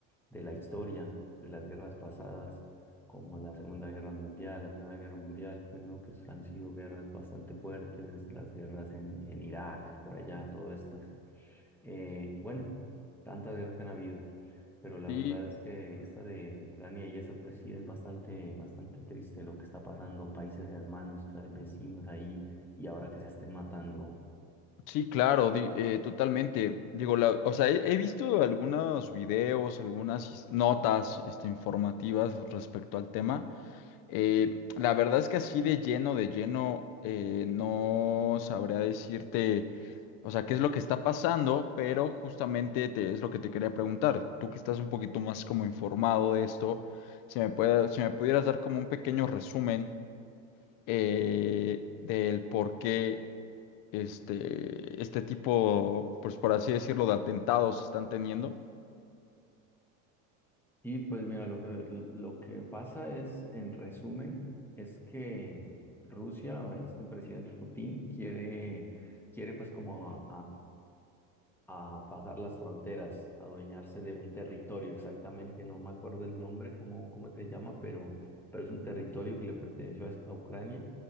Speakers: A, in the centre; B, on the left (about 55°).
A: de la historia, de las guerras pasadas, como la Segunda Guerra Mundial, la Primera Guerra Mundial, pues, ¿no? Que han sido guerras bastante fuertes, las guerras en, en Irak, por allá, todas estas. Eh, bueno, tantas guerras que han habido, pero la
B: Sí,
A: verdad es que esta de, de Ucrania y esa, pues sí es bastante, bastante triste lo que está pasando, países hermanos, ca- vecinos ahí, y ahora que se estén matando.
B: sí, claro, di- eh, totalmente. Digo, la- o sea, he, he visto algunos videos, algunas his- notas, este, informativas respecto al tema. Eh, la verdad es que así de lleno, de lleno, eh, no sabría decirte, o sea, qué es lo que está pasando, pero justamente te- es lo que te quería preguntar. Tú que estás un poquito más como informado de esto, si me puede, si me pudieras dar como un pequeño resumen. eh, del por qué este, este tipo, pues por así decirlo, de atentados están teniendo.
A: Y pues mira, lo que, lo que pasa es, en resumen, es que Rusia, o este presidente Putin, quiere, quiere pues como a- a pasar las fronteras, a adueñarse de un territorio, exactamente, no me acuerdo el nombre, cómo, cómo es que se llama, pero, pero es un territorio que le perteneció a, a Ucrania